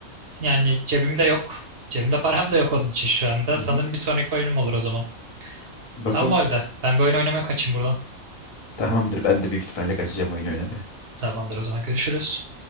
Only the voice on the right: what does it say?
yani cebimde yok. Cebimde param da yok onun için şu anda.
Sanırım
bir sonraki oyunum olur o zaman.
Tamam o halde. Ben bir oyun oynamaya kaçayım buradan.
Tamamdır o zaman görüşürüz.